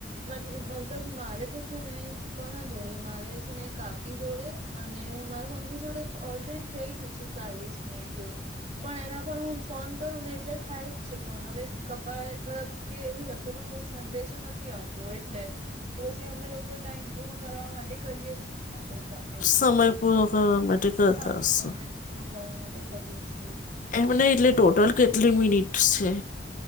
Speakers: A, on the right (about 40°); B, on the left (about 45°).
A: મતલ મતલબ મારે તો છે ને કોના જોડે મારે છે ને કાકી જોડે અને મારા મમ્મી જોડે ઓલરેડી થઈ ગયું છે ચાલીસ મિનિટ જેવું. પણ એના પર હું ફોન કરું ને એટલે થાય જ છે ફોન અવે કપાય મતલ કે એવું લખેલું સંદેશો નથી આવતો એટલે. તો પછી અમે લોકો ટાઈમ પૂરું કરવા માટે કરીએ છીએ એના પર ફોન એવું
B: સમય પૂરો કરવા માટે કરતા
A: હા
B: હશો
A: સમય પૂરો કરવા માટે કરીએ છીએ.
B: એમને નઈ એટલે ટોટલ કેટલી મિનિટ્સ છે?